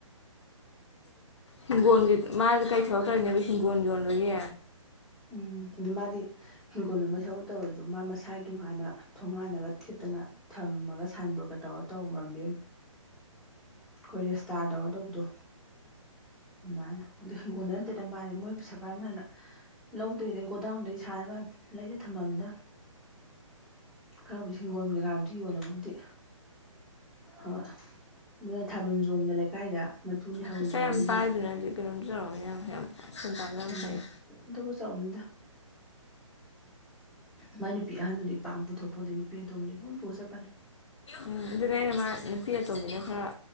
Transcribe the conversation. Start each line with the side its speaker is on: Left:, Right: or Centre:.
Left: ꯍꯤꯡꯒꯣꯜꯒꯤ ꯃꯥꯁꯨ ꯀꯩ ꯊꯕꯛꯇꯧꯔꯤꯅꯦꯕ ꯍꯤꯡꯒꯣꯜ ꯌꯣꯟꯕꯒꯤ
Centre: ꯎꯝ ꯑꯗꯨ ꯃꯥꯗꯤ ꯍꯤꯡꯈꯣꯜ ꯑꯃ ꯊꯕꯛ ꯇꯧꯔꯁꯨ ꯃꯥ ꯃꯁꯥꯏ ꯇꯣꯉꯥꯟꯅ ꯊꯣꯡꯒꯥꯜꯗꯒ ꯊꯦꯠꯇꯅ ꯊꯝꯃꯒ ꯁꯥꯏꯟꯕꯣꯔꯠꯀ ꯇꯧꯔ ꯇꯧꯔꯝꯃꯦ ꯀꯣ ꯀꯥꯔꯗꯧꯔ ꯇꯧꯕꯤꯗꯣ ꯑꯃꯥꯏꯅ ꯑꯗꯨ ꯍꯤꯡꯒꯣꯜꯗ ꯅꯠꯇꯦꯅ ꯃꯥꯗꯤ ꯃꯣꯏ ꯄꯩꯁꯥ ꯄꯥꯏꯔꯝ ꯃꯥ ꯍꯥꯏꯅ ꯂꯧꯗꯣꯏꯅꯦ ꯒꯣꯗꯥꯎꯟꯗꯒꯤ ꯁꯥꯟꯅꯕ ꯂꯩꯔ ꯊꯝꯃꯝꯅꯤꯅ ꯈꯔꯕꯨꯗꯤ ꯁꯤꯡꯒꯣꯟꯒꯔꯦ ꯌꯥꯥꯎ ꯑꯗꯨ ꯌꯣꯜꯂꯕꯕꯨꯗꯤ ꯍꯣꯏ ꯑꯗꯨꯅ ꯊꯥꯕꯜ ꯆꯣꯡꯕꯗ ꯂꯩꯀꯥꯏꯗ ꯃꯇꯨꯅꯤ ꯊꯥꯕꯜ
Left: ꯄꯩꯁꯥ
Centre: ꯆꯣꯡꯉꯕꯅꯤꯅ
Left: ꯌꯥꯝ <unintelligible> ꯇꯥꯟꯕ ꯌꯥꯝ
Centre: ꯎꯝ
Left: ꯍꯩ
Centre: ꯑꯗꯕꯨ ꯆꯥꯎꯅꯤꯗ ꯃꯥꯏ ꯅꯨꯄꯤ ꯑꯍꯟꯗꯨꯗꯤ ꯄꯥꯛꯅ ꯄꯨꯊꯣꯛꯄꯣꯟꯇꯦ ꯅꯨꯄꯤ ꯑꯇꯣꯝꯕꯤꯗꯨꯗꯤ ꯑꯗꯨꯝ ꯄꯨꯔ ꯆꯠꯄꯅꯦ
Left: ꯎꯝ ꯑꯗꯨꯅꯦꯃ ꯅꯨꯄꯤ ꯑꯇꯣꯝꯕꯤꯅ ꯈꯔ